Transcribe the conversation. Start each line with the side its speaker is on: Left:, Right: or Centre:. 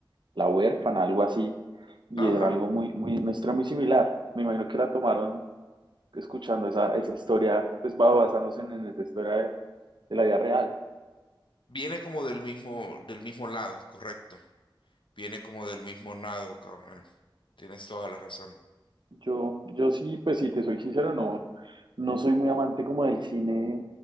Right: La huérfana, algo así. Y
Left: Ajá.
Right: era algo muy, muy, una historia muy similar. Me imagino que la tomaron escuchando esa, esa historia, pues va basándose en, en esa historia de, de la vida real.
Left: Viene como del mismo, del mismo lado, correcto. Viene como del mismo lado, cabrón. Tienes toda la razón.
Right: Yo, yo sí, pues si te soy sincero, no, no soy muy amante como del cine